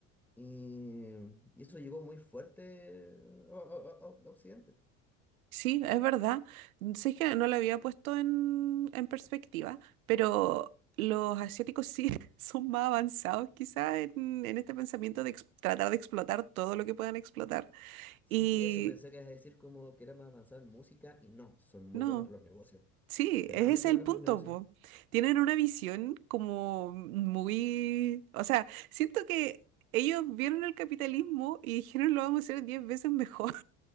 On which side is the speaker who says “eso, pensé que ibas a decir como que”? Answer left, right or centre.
Centre